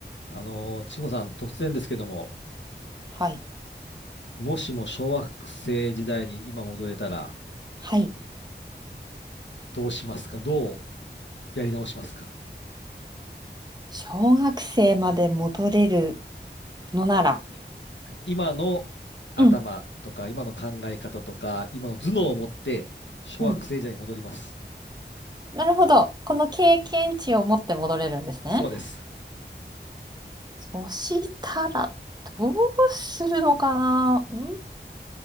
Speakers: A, on the left (about 80°); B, on the right (about 20°).
A: あの、千穂さん、突然ですけども、
B: はい。
A: もしも小学生時代に今戻れたら、
B: はい。
A: どうしますかどうやり直しますか
B: 小学生まで戻れるのなら。
A: 今の頭とか、
B: うん。
A: 今の考え方とか、今の頭脳を持って、
B: うん
A: 小学生時代に戻ります。
B: うん。なるほど。この経験値を持って戻れるんですね。
A: そうです。
B: そしたら、どうするのかな。う